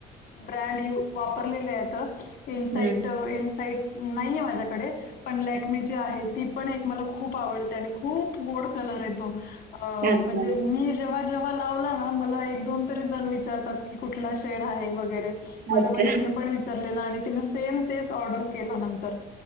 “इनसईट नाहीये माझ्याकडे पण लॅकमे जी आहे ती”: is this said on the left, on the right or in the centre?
Left